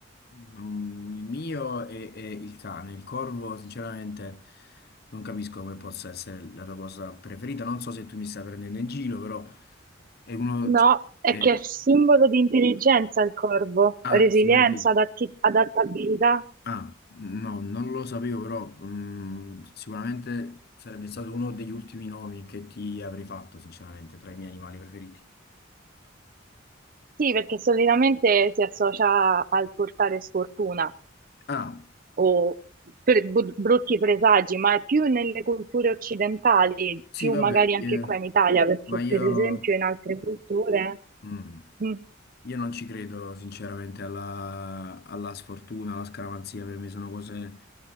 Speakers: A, on the left; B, on the right.
A: mm, il mio è, è il cane. Il corvo, sinceramente, non capisco come possa essere la tua cosa preferita. Non so se tu mi stai prendendo in giro, però è uno...
B: No,
A: cioè,
B: è
A: è-
B: che è simbolo di intelligenza il corvo,
A: ah,
B: resilienza,
A: sicuramente...
B: adatti- adattabilità.
A: Ah, no, non lo sapevo, però mm, sicuramente sarebbe stato uno degli ultimi nomi che ti avrei fatto, sinceramente, tra i miei animali preferiti.
B: Sì, perché solitamente si associa al portare sfortuna
A: Ah,
B: o per- bu- brutti presagi, ma è più nelle culture occidentali,
A: sì,
B: più
A: vabbè,
B: magari anche
A: eh,
B: qua in Italia, perché
A: Ma io,
B: per esempio in altre culture...
A: mm,
B: Mm,
A: io non ci credo sinceramente alla, alla sfortuna, alla scaramanzia, per me sono cose